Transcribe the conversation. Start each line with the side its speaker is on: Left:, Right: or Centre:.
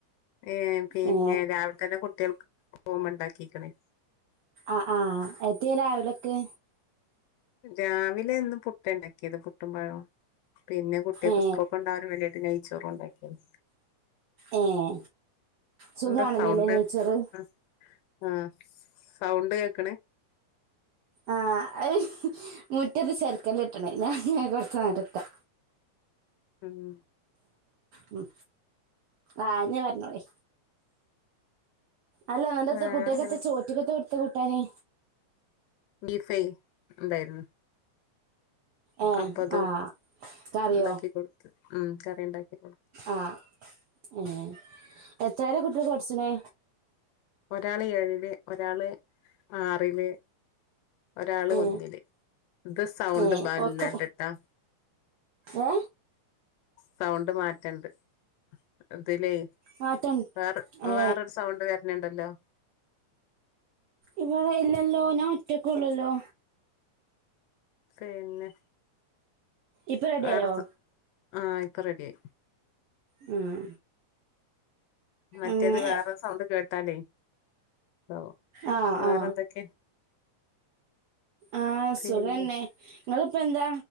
Left: ഏഹ് പിന്നെ
Right: ഏ
Left: രാവിലെ തന്നെ കുട്ടികൾക്ക് പോവുമ്പോണ്ടാക്കിക്കണ്
Right: ആഹ് ആഹ് എത്തീല അവലൊക്കെ
Left: രാവിലെ ഇന്ന് പുട്ട് ഉണ്ടാക്കിയത് പുട്ടും പഴോം പിന്നെ കുട്ടികൾക്ക്
Right: ഏ
Left: സ്‌കൂളിൽ കൊണ്ടാകാന് വേണ്ടിയിട്ട് നെയിച്ചോ റുണ്ടാക്കിയത്
Right: ഏഹ് സുഖമാണല്ലോല്ലേ
Left: എന്താ സൗണ്ട്
Right: നെയ്ച്ചോറ്
Left: ആഹ് ആഹ് സൗണ്ട് കേൾക്കണേ
Right: ആഹ് മുറ്റത്ത് ചെർക്കല്ല് ലാണ് ഞാൻ കൊറച്ച് നേരത്തെ
Left: മ്മ് ഹ്
Right: മ്മ് ആഹ് ഇനി പറഞ്ഞോളീ അല്ല <unintelligible>
Left: വേറെങ്ങനെ
Right: പനി
Left: ബീഫൈ ഉണ്ടായിരുന്നു
Right: ഏ
Left: അപ്പൊ അത്
Right: ആ കറിയോ
Left: ഉണ്ടാക്കി കൊടുത്ത് മ്മ് കറി ഇണ്ടാക്കി കൊടു
Right: ആഹ് ഏഹ് എത്രയലെ കുട്ടികൾ പടിച്ചണേ
Left: ഒരാള് ഏഴില് ഒരാള് ആറില് ഒരാള്
Right: ഏ
Left: ഒന്നില് ഇത് സൗണ്ട്
Right: ഏ
Left: ബല്ലാണ്ടട്ടാ
Right: ഒക്കെ ഏ
Left: സൗണ്ട് മാറ്റണ്ട് അതിലേ
Right: മാറ്റൻ
Left: വേറെ
Right: ഏ
Left: വേറൊരു സൗണ്ട് വേറെ പിന്നെണ്ടല്ലോ
Right: ഇവിടെ ഇല്ലെല്ലോ ഞാ ഒറ്റക്കെ ഉള്ളല്ലോ
Left: പിന്നെ
Right: ഇപ്പൊ റെഡിയായോ
Left: വേറെ ആഹ് ഇപ്പൊ റെഡി ആയി
Right: ഉം
Left: മറ്റേത്
Right: ഏ
Left: വേറെ സൗണ്ട് കേട്ട് ട്ടാലേ ഓ
Right: ആ
Left: വേറെ
Right: ആ
Left: എന്തൊക്കെ
Right: ആഹ്
Left: പിന്നെ
Right: സുഖന്നെ ഇങ്ങള് ഇപ്പ എന്താ